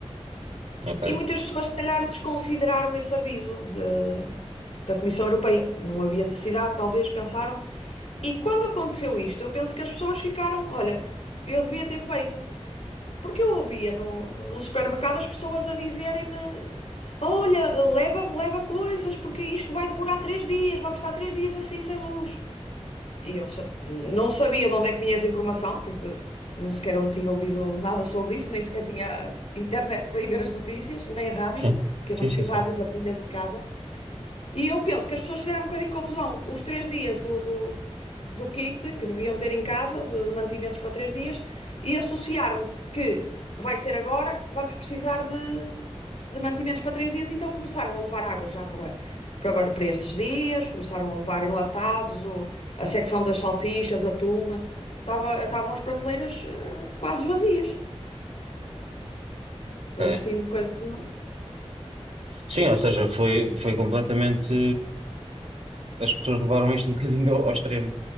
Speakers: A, on the right (about 80°); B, on the left (about 70°).
A: Ok.
B: E muitas pessoas, se calhar, desconsideraram esse aviso de- da Comissão Europeia. Não havia necessidade, talvez, pensaram. E quando aconteceu isto, eu penso que as pessoas ficaram, olha, eu devia ter feito. Porque eu ouvia no, no supermercado as pessoas a dizerem-me, olha, leva leva coisas, porque isto vai demorar três dias, vamos estar três dias assim sem luz. E eu sa- não sabia de onde é que vinha essa informação, porque não sequer eu tinha ouvido nada sobre isso, nem sequer tinha internet para ir ver as notícias, nem rádio,
A: Sim.
B: que
A: Sim,
B: eu não
A: sim,
B: tinha
A: sim.
B: rádios a pilhas em casa. E eu penso que as pessoas fizeram um bocadinho de confusão. Os três dias do, do, do kit que deviam ter em casa, de, de mantimentos para três dias, e associaram que vai ser agora, vamos precisar de, de mantimentos para três dias, então começaram a levar água já para, para, para esses dias, começaram a levar enlatados, o, a secção das salsichas, atum, tava, estavam as prateleiras eh, quase vazias. Foi
A: Ok.
B: assim um bocadinho.
A: Sim, ou seja, foi, foi completamente. eh, As pessoas levaram isto um bocadinho ao, ao extremo.